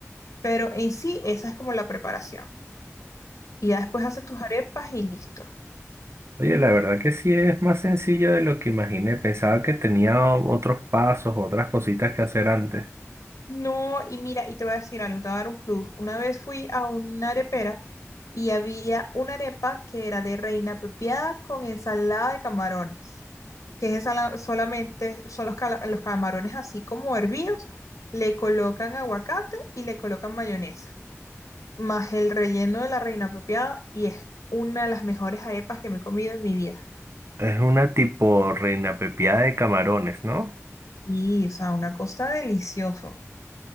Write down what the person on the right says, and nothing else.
Oye, la verdad que sí es más sencillo de lo que imaginé. Pensaba que tenía otros pasos, otras cositas que hacer antes.
Es una tipo reina pepiada de camarones, ¿no?